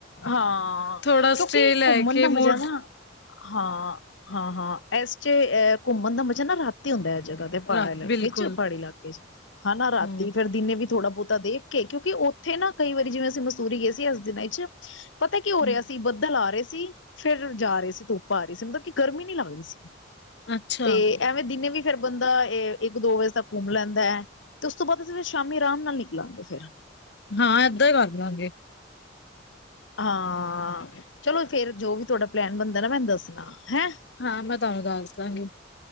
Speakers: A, on the left (about 75°); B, on the left (about 60°).
A: ਹਾਂ।
B: ਥੋੜਾ
A: ਕਿਉਂਕਿ
B: ਸਟੇ ਲੈ
A: ਘੁੰਮਣ
B: ਕੇ
A: ਦਾ
B: ਮੂਡ
A: ਮਜ਼ਾ ਨਾ? ਹਾਂ ਹਾਂ ਇਸ ਚੇ ਅਹ ਘੁੰਮਣ ਦਾ ਮਜ਼ਾ ਨਾ ਰਾਤ ਹੁੰਦਾ ਹੈ। ਜਗ੍ਹਾ ਤੇ ਪਹਾੜਾਂ
B: ਰੱਖ
A: ਇਲਾਕੇ
B: ਬਿਲਕੁਲ
A: ਚ ਪਹਾੜੀ ਇਲਾਕੇ ਚ ਹੈਨਾ। ਰਾਤੀ
B: ਹੂੰ
A: ਫਿਰ ਦਿਨੇ ਵੀ ਥੋੜ੍ਹਾ ਬਹੁਤਾ ਦੇਖ ਕੇ। ਕਿਉਂਕਿ ਉੱਥੇ ਨਾ ਕਈ ਵਾਰੀ ਜਿਵੇਂ ਅਸੀਂ ਮਸੂਰੀ ਗਏ ਸੀ। ਇਸ ਦਿਨਾਂ ਵਿੱਚ। ਪਤਾ ਕੀ ਹੋ
B: ਹੂੰ।
A: ਰਿਹਾ ਸੀ? ਬੱਦਲ ਆ ਰਹੇ ਸੀ। ਫਿਰ ਜਾ ਰਹੀ ਸੀ, ਧੁੱਪਾ ਆ ਰਹੀ ਸੀ ਮੱਤਲਬ ਕੀ ਗਰਮੀ ਨਹੀਂ ਲੱਗਦੀ ਸੀ।?
B: ਅੱਛਾ
A: ਤੇ ਐਵੇਂ ਦਿਨੇ ਵੀ ਫਿਰ ਬੰਦਾ ਇੱਕ ਦੋ ਵਜੇ ਤੱਕ ਘੁੰਮ ਲੈਂਦਾ ਹੈ ਤੇ ਉਸ ਤੋਂ ਬਾਅਦ ਫਿਰ ਸ਼ਾਮੀ ਆਰਾਮ ਨਾਲ ਨਿਕਲਾਂਗੇ ਫਿਰ
B: ਹਾਂ ਏਦਾਂ ਹੀ ਕਰ ਦਾਂਗੇ
A: ਹਾਂ ਚਲੋ ਫਿਰ ਜੋ ਵੀ ਤੁਹਾਡਾ ਪਲੈਨ ਬਣਦਾ ਨਾ ਮੈਨੂੰ ਦੱਸਣਾ ਹੈਂ
B: ਹਾਂ ਮੈਂ ਤੁਹਾਨੂੰ ਦੱਸ ਦਾਂਗੀ